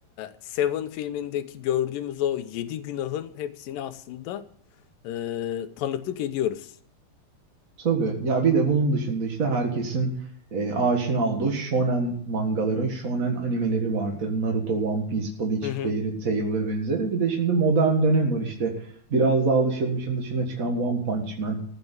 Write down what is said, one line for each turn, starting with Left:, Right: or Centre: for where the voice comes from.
Left: Seven filmindeki gördüğümüz o yedi günahın hepsini aslında e, tanıklık ediyoruz.
Right: Tabii. Ya bir de bunun dışında işte herkesin e, aşina olduğu shonen mangaların, shonen animeleri vardır. Naruto, One Piece, Bleach,
Left: Hı hı.
Right: Fairy Tail ve benzeri. Bir de şimdi modern dönem var işte. Biraz daha alışılmışın dışına çıkan One Punch Man.